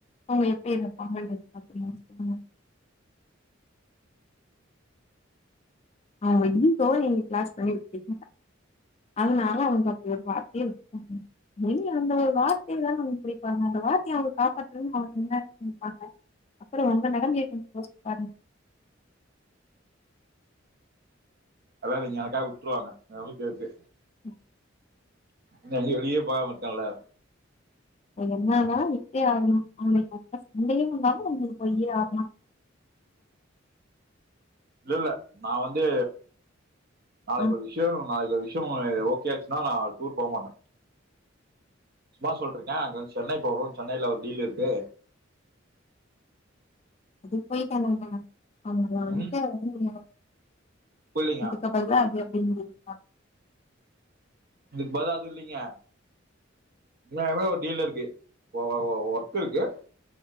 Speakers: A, on the left; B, on the right.
A: அவுங்க எப்டி இருப்பாங்க சொல்லு அவ்ங்க இங்கோ நீங்க கிளாஸ் பண்ணி விட்டுகிங்க அதனால அவ்ங்க அப்டி ஒரு வார்த்தையே வி நீங்க அந்த ஒரு வார்த்தையைதா நமக்கு பிடிப்பாங்க அந்த வார்த்தை அவங்கப் <unintelligible> ஆ வங்க நினைங்க அப்புறோ உங்க நிலைமைய கொஞ்சோ யோசிச்சு பாருங்க
B: அத நீங்க யாருகிடயா விட்டுருவாங்க கேக்கு
A: ஆ
B: ங்க வெளியே போகாம இருக்கேன்ல
A: என்னானா இத்தே அவுங்ளுக்கு சண்டைய இல்லாலு உங்களுக்கு போய் ஆ
B: இல்லல்ல நான் வந்து நாளைக்கு
A: ஆ
B: ஒரு விஷ்யோ நாளைக்கு ஒரு விஷ்யோ ட்மொழி ஓகே ஆச்சுன்னா நான் டூர் போ மாட்டேன் சும்மா சொல்றக்கே அங்க வந்து சென்னை போனு சென்னையில ஒரு டீல் இருக்கு
A: அது போயிட் தராங்கல அவுங்க வந்து
B: ம்
A: <unintelligible>
B: புரியலீங்க
A: இதுக்க அப்பற்ந்தா ய அப்டிங்கிறிங்ளா
B: இதுக்கு பதுலா எது இல்லிங்க ஏழாயர்வா ஒரு டீவ்ல இருக்கு ஒ ஒ ஒ ஓர் கு இருக்கு